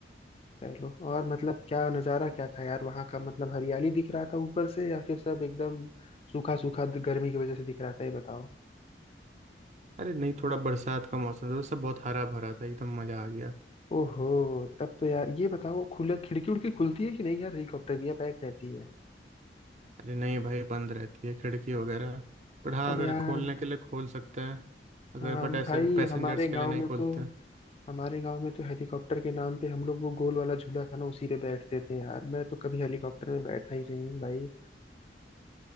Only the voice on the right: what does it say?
अरे नहीं थोड़ा बरसात का मौसम था तो सब बहुत हरा भरा था एकदम मजा आ गया
अरे नहीं भाई बंद रहती है खिड़की वगैरह बट हाँ
अगर
खोलने के लिए खोल सकते हैं अगर
बट ऐसे
पैसेंजर्स
के
लिए नहीं
खोलते